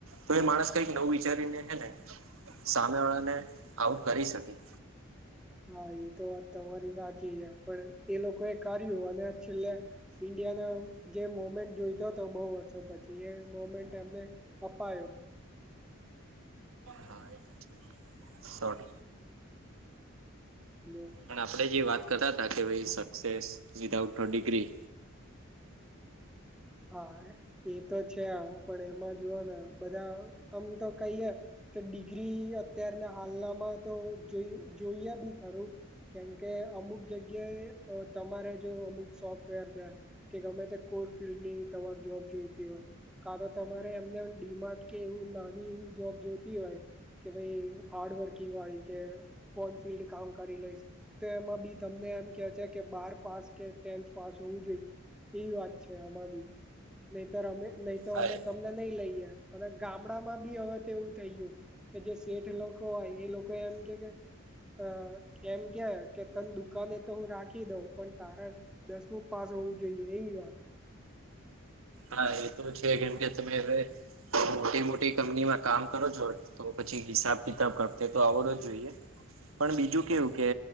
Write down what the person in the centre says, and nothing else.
<unintelligible> હા એ તો વાત તમારી સાચી છે પણ એ લોકો એ કર્યું અને છેલ્લે ઈન્ડિયાને જે મોમેન્ટ જોઈતો હતો બહુ વર્ષો પછી એ મોમેન્ટ એમને અપાયો.
હલો
હા એ તો છે પણ એમાં જુઓને બધા આમ તો કહીએ તો ડિગ્રી અત્યારના હાલનામાં તો જોઇ જોઈએ બી ખરું. કેમકે અમુક જગ્યાએ તમારે જો અમુક સોફ્ટવેર છે કે ગમે તે કોર ફિલ્ડ ની તમાર જોબ જોઈતી હોય. કા તો તમારે એમને ડીમાર્ટ કે એવું નાની એવી જોબ જોતી હોય. કે ભઈ, હાર્ડવર્કિંગ વાળી કે ઓન ફિલ્ડ કામ કરી લઈશ. તો એમાં બી તમને એમ કે છે કે, બાર પાસ કે ટેન્થ પાસ હોવું જોઈએ, એવી વાત છે આમાં બી. નહીતર અમે નહીં તો
અમે ત તમને લઈ લઈએ. અને ગામડામાં બી હવે તો એવું થઈ ગ્યું કે જે શેઠ લોકો હોય, એ લોકો એમ કે કે અ, એમ કે, કે તન દુકાને તો હું રાખી દઉં, પણ તારે દસમું પાસ હોવું જોઈએ, એવી વાત